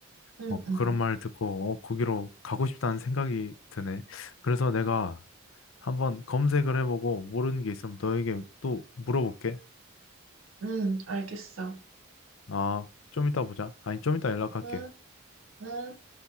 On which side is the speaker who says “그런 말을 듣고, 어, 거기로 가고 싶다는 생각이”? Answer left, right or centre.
Left